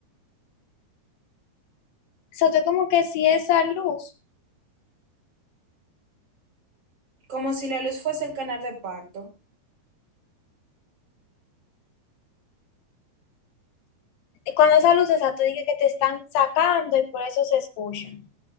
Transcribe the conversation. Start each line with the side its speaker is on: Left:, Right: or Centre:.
Left: O sea, tú como que si esa luz,
Right: como si la luz fuese el canal de parto.
Left: cuando esa luz, esa tú dije que te están sacando y por eso se escucha.